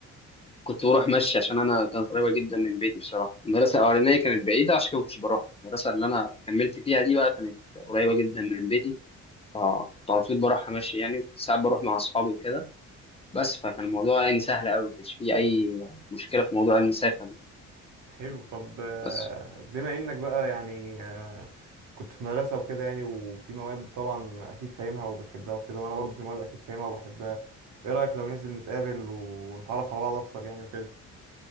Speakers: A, on the left (about 20°); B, on the right (about 75°).
A: كنت بروح مشي عشان انا كانت قريبه جدا من بيتي بصراحه المدرسه الاولانيه كانت بعيده عشان كده ما كنتش بروح المدرسه اللي انا كملت فيها دي بقى كانت قريبه جدا من بيتي فكنت على طول بروحها مشي يعني وكنت ساعات بروح مع اصحابي وكده بس فكان الموضوع يعني سهل قوي ما كانش فيه اي مشكله في موضوع المسافه دي
B: حلو طب آه،
A: بس
B: بما إنك بقى يعني آه، كنت في مدرسة وكده يعني وفي مواد طبعا أكيد فاهمها وبتحبها وكده وأنا برضو في مواد أكيد فاهمها وبحبها إيه رأيك لو ننزل نتقابل ونتعرف على بعض أكتر يعني وكده؟